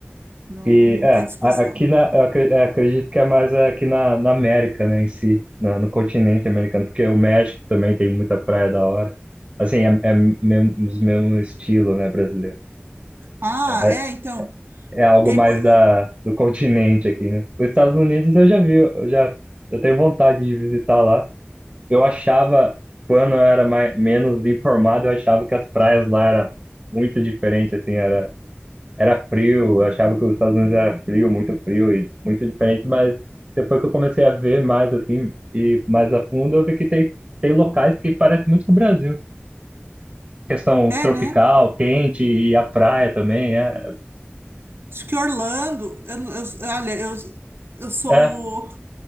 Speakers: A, on the right; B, on the right.
A: Não,
B: e
A: não
B: é,
A: tem discussão.
B: a- aqui na, eu acre- é, acredito que é mais é, aqui na, na América, né, em si, na- no continente americano, porque o México também tem muita praia da hora. Assim, é, é mesmo, mesmo estilo, né, brasileiro.
A: Ah,
B: É,
A: é, então,
B: é algo
A: tem,
B: mais
A: mu-
B: da, do continente aqui, né? Os Estados Unidos eu já vi, eu já eu tenho vontade de visitar lá. Eu achava, quando eu era mais, menos informado, eu achava que as praias lá era muito diferente, assim, era, era frio, eu achava que os Estados Unidos era frio, muito frio e muito diferente, mas depois que eu comecei a ver mais, assim, e mais a fundo, eu vi que tem, tem locais que parecem muito com o Brasil. Questão
A: é,
B: tropical,
A: né?
B: quente e a praia também, é,
A: Acho que Orlando, eu, eu, olha, eu, eu sou,
B: é,